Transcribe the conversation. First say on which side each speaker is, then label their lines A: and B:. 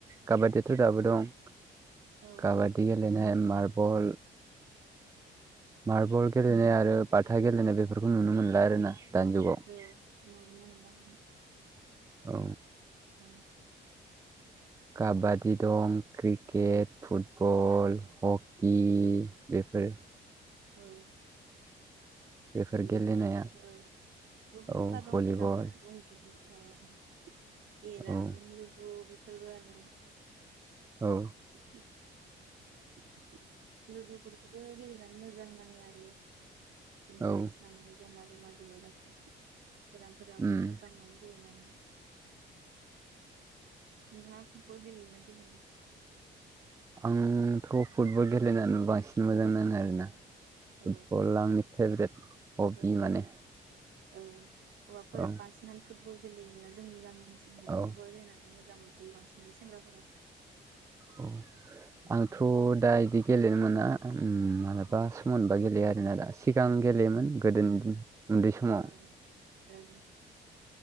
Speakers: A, on the right; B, on the right.
A: काबादियाथ' दाबो दं
B: ओ
A: काबादि गेलेनाय मार्बल मार्बल गेलेनाय आरो बाथा गेलेनाय बेफोरखौ नुनो मोनला आरोना। दानि जुगाव
B: उम नुनो मोनला उमहो।
A: औ।
B: औ।
A: काबादि दं क्रिकेट फुटबल
B: आरो
A: हकि बे बेफोर
B: औ।
A: बेफोर
B: भलिबल
A: गेलेनाया
B: औ बहुत
A: औ
B: था
A: भलिबल
B: दं खेलाफोर बुंंजोब ओमफ्राय केराम
A: औ
B: लुदु बेफोरबो आरो।
A: औ
B: <inaudible> लुदुफोरखौबो गेलेनानै मोजां नाङो आरो। इन्टारेस्ट
A: औ
B: नाङो जमा जमा गेलेबाथे बेरामफोराबो
A: उम
B: मोजां मोनो गेलेनानै नोंहा फुतबल गेलेयो ना गेलेया?
A: आंथ' फुटबल गेलेनानो बांसिन मोजां नां ङो आरोना फुटबला
B: औ
A: आंनि फेभरेट हबि
B: औ
A: माने।
B: औ औ हौवाफोरा
A: औ
B: बांसिननानै फुटबल गेलेयोना जोंनि गामि ओनसोलनिया
A: औ
B: फुटबल गेलेनानै मोजां मोनखायो बांसिनानो सेंग्राफोरा।
A: औ आं
B: औ
A: आंथ' दा बिदि गेलेनो मोना उम मालाबा
B: औ
A: सम मोनबा गेलेयो आरोना दा सिगां गेलेयोमोन गोदोनि दिन उन्दै समाव
B: ओं ओ